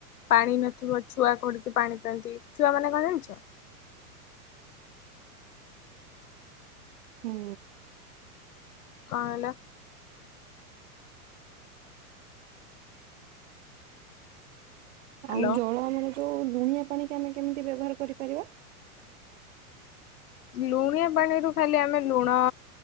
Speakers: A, on the left; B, on the right.
A: ପାଣି ନଥିବ ଛୁଆ କୋଉଠିକି ପାଣି ପିଆନ୍ତି ଛୁଆ ମାନେ କଣ ଜାଣିଛ?
B: ହୁଁ,
A: କଁ ହେଲା? ହ୍ୟାଲୋ
B: ଆଉ ଜଳ ଆମର ଯୋଉ ଲୁଣିଆ ପାଣି କି ଆମେ କେମିତି ବ୍ୟବହାର କରିପାରିବା,
A: ଲୁଣିଆ ପାଣିରୁ ଖାଲି ଆମେ ଲୁଣ